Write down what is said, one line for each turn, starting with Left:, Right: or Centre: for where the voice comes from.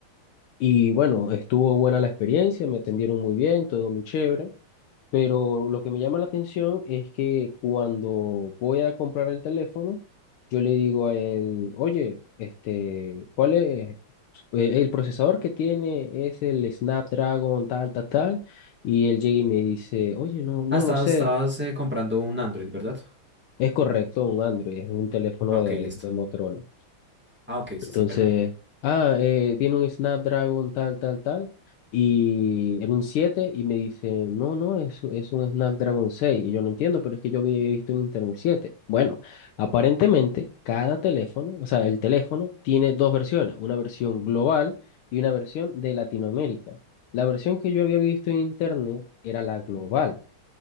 Left: y bueno, estuvo buena la experiencia, me atendieron muy bien, todo muy chévere. Pero lo que me llama la atención es que cuando voy a comprar el teléfono, yo le digo a él, oye, este, ¿cuál es? Pues, El procesador que tiene es el Snapdragon tal, tal, tal. Y él llega y me dice, oye, no, no
Centre: Ah, estabas,
Left: lo sé.
Centre: estabas eh, comprando un Android, ¿verdad?
Left: Es correcto, un Android, es un teléfono
Centre: Ok,
Left: de,
Centre: listo.
Left: de Motorola.
Centre: Ah, ok,
Left: Entonces,
Centre: sí, sí, verdad.
Left: ah, eh, tiene un Snapdragon tal, tal, tal, y era un 7 y me dice, no, no, es, es un Snapdragon seis Y yo no entiendo, pero es que yo había visto en Internet siete Bueno, aparentemente cada teléfono, o sea, el teléfono tiene dos versiones, una versión global y una versión de Latinoamérica. La versión que yo había visto en Internet era la global.